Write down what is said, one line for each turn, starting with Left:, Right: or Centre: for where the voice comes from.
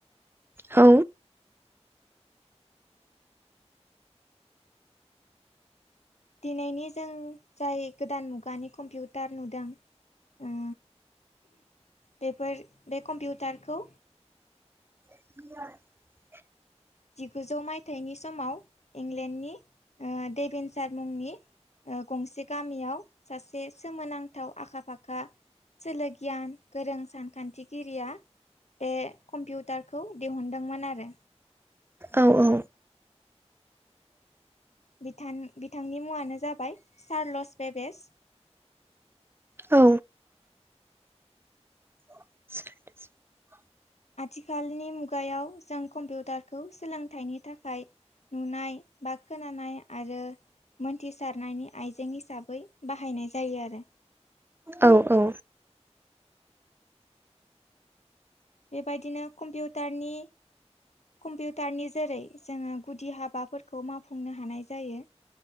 Right: औ
Left: दिनैनि जों जाय गोदान मुगानि कम्पिउ दार नुदों ओ बेफोर बे कम्पिउटारखौ
Right: <inaudible>
Left: जिगुजौ मायथाइनि समाव इंलेण्डनि देभेनसार मुंनि ओ गंसे गामियाव सासे सोमोनांथाव आखा फाखा सोलो गियान गोरों सानखांथिगिरिया बे कम्पिउटारखौ दिहुनदोंमोन आरो।
Right: औ औ।
Left: बिथां बिथांनि मुङानो जाबाय चार्लस वेबेस।
Right: औ <inaudible>
Left: आथिखालनि मुगायाव जों कम्पिउटारखौ सोलोंथाइनि थाखाय नुनाय बा खोनानाय आरो मोनथिसारनायनि आइजें हिसाबै बाहायनाय जायो आरो।
Right: औ औ।
Left: बेबायदिनो कम्पिउटारनि कम्पिउटारनि जेरै जोङो गुदि हाबाफोरखौ मावफुंनो हानाय जायो।